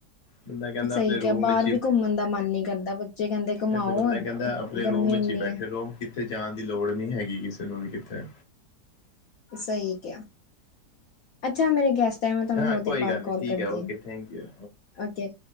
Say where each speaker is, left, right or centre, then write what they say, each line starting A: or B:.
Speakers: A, on the left (about 30°); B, on the left (about 65°).
A: ਬੰਦਾ ਕਹਿੰਦਾ
B: ਸਹੀ
A: ਆਪਣੇ
B: ਕਿਹਾ
A: ਰੂਮ
B: ਬਾਹਰ
A: ਵਿੱਚ
B: ਵੀ
A: ਹੀ
B: ਘੁੰਮਣ ਦਾ ਮਨ ਨੀਂ ਕਰਦਾ। ਬੱਚੇ ਕਹਿੰਦੇ ਘੁਮਾਓ।
A: ਫਿਰ ਤੇ ਬੰਦਾ ਕਹਿੰਦਾ ਆਪਣੇ
B: ਗਰਮੀ
A: ਰੂਮ ਵਿੱਚ
B: ਇੰਨੀ
A: ਹੀ ਬੈਠੇ
B: ਹੈ
A: ਰਹੋ। ਕਿੱਥੇ ਜਾਣ ਦੀ ਲੋੜ ਨਹੀਂ ਹੈਗੀ ਕਿਸੇ ਨੂੰ ਵੀ ਕਿੱਥੇ।
B: ਸਹੀ ਕਿਹਾ, ਅੱਛਾ ਮੇਰੇ ਗੈਸਟ ਮੈਂ ਤੁਹਾਨੂੰ
A: ਹਾਂ
B: ਥੋਡੀ ਦੇਰ
A: ਕੋਈ
B: ਬਾਅਦ
A: ਗੱਲ ਨਹੀਂ
B: ਕੋਲ
A: ਠੀਕ
B: ਕਰਦੀ।
A: ਹੈ Okay thank you
B: okay.